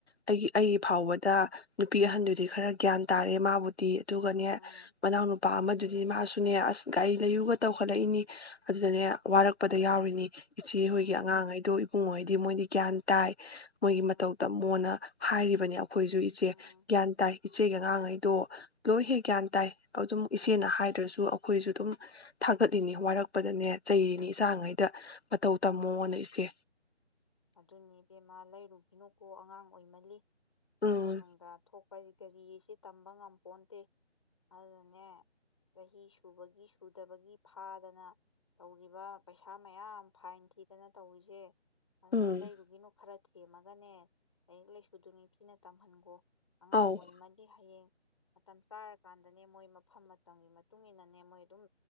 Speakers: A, on the left; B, on the left.
A: ꯑꯩꯒꯤ ꯑꯩꯒꯤ ꯐꯥꯎꯕꯗ ꯅꯨꯄꯤ ꯑꯍꯟꯗꯨꯗꯤ ꯈꯔ ꯒ꯭ꯌꯥꯟ ꯇꯥꯔꯦ ꯃꯥꯕꯨꯗꯤ ꯑꯗꯨꯒꯅꯦ
B: ꯎꯝ ꯎꯝ
A: ꯃꯅꯥꯎ ꯅꯨꯄꯥ ꯑꯃꯗꯨꯅꯤ ꯃꯍꯁꯨꯅꯤ ꯑꯁ ꯒꯥꯔꯤ ꯂꯩꯌꯨꯒ
B: ꯎꯝ
A: ꯇꯧꯈꯠꯂꯛꯏꯅꯤ ꯑꯗꯨꯗꯅꯦ ꯋꯥꯔꯛꯄꯗ ꯗ ꯌꯥꯎꯔꯤꯅꯤ ꯏꯆꯦꯍꯣꯏꯒꯤ
B: ꯎꯝ
A: ꯑꯉꯥꯡꯈꯩꯗꯣ ꯏꯕꯨꯡꯉꯩꯗꯤ ꯃꯣꯏꯗꯤ ꯭ꯌꯥꯟ ꯇꯥꯏ ꯃꯣꯏꯒꯤ
B: ꯎꯝ
A: ꯃꯊꯧ ꯇ ꯃꯣꯟꯅ ꯍꯥꯏꯔꯤꯕ <unintelligible> ꯑꯩꯈꯣꯏꯁꯨ ꯏꯆꯦ
B: ꯎꯝ
A: ꯒ꯭ꯌꯥꯟ ꯇꯥꯏ ꯏꯆꯦꯒ ꯑꯉꯥꯡꯈꯩꯗꯣ ꯂꯣꯏ ꯍꯦꯛ ꯒ꯭ꯌꯥꯟ ꯇꯥꯏ ꯑꯗꯨꯝ ꯏꯆꯦꯅ
B: ꯎꯝ
A: ꯍꯥꯏꯗ꯭ꯔꯁꯨ ꯑꯩꯈꯣꯏꯁꯨ ꯑꯗꯨꯝ ꯊꯥꯡꯒꯠꯂꯤꯅꯤ ꯋꯥꯔꯛꯄꯗꯅꯦ ꯆꯩꯔꯤꯅꯤ ꯏꯆꯉꯩꯗ ꯃꯇꯧ ꯇꯝꯃꯣꯅ ꯏꯆꯦ
B: ꯑꯗꯨꯅꯦꯕꯦꯝꯃꯥ ꯂꯩꯔꯨꯈꯤꯅꯨꯀꯣ ꯑꯉꯥꯡ ꯑꯣꯏꯃꯜꯂꯤ
A: ꯎꯝ
B: ꯐꯠꯇ ꯅꯨꯡꯗ ꯊꯣꯛꯄ ꯍꯥꯏꯁꯤ ꯒꯔꯤꯁꯤ ꯇꯝꯕ ꯉꯝꯄꯣꯟꯇꯦ ꯑꯗꯨꯅꯦ ꯆꯍꯤ ꯁꯨꯕꯒꯤ ꯁꯨꯗꯕꯒꯤ ꯐꯥꯗꯅ ꯇꯧꯔꯤꯕ ꯄꯩꯁꯥ ꯃꯌꯥꯝ ꯐꯥꯏꯟ ꯊꯤꯗꯅ ꯇꯧꯔꯤꯁꯦ ꯑꯗꯨꯅ
A: ꯎꯝ
B: ꯂꯩꯔꯨꯒꯤꯅꯨ ꯈꯔ ꯊꯦꯝꯃꯒꯅꯦ ꯂꯥꯏꯔꯤꯛ ꯂꯥꯏꯁꯨꯗꯨ ꯅꯤꯡꯊꯤꯅ ꯇꯝꯍꯟꯒꯣ ꯑꯉꯥꯡ
A: ꯑꯧ
B: ꯑꯣꯏꯃꯜꯂꯤ ꯍꯌꯦꯡ ꯃꯇꯝ ꯆꯥꯔꯀꯥꯟꯗꯅꯦ ꯃꯣꯏ ꯃꯐꯝ ꯃꯇꯝꯒꯤ ꯃꯇꯨꯡ ꯏꯟꯅꯅꯦ ꯃꯣꯏ ꯑꯗꯨꯝ